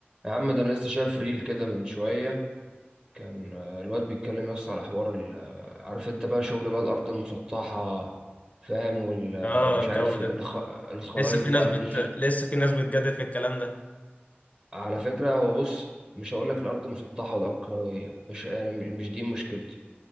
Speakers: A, on the right (about 25°); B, on the left (about 40°).
A: يا عم ده انا لسه شايف ريل كده من شويه كان آه، الواد بيتكلم يس على حوار ال- آه، عارف انت بقى شغل بقى الارض المسطحه فاهم وال آه،
B: اه
A: مش
B: الجو
A: عارف
B: ده
A: الخ... الخرايط
B: لسه في
A: بقى
B: ناس بت...
A: مش
B: لسه في ناس بتجادل في الكلام ده
A: على فكره هو بص مش هقول لك الارض مسطحه والارض كرويه مش يعني م- مش دي مشكلتي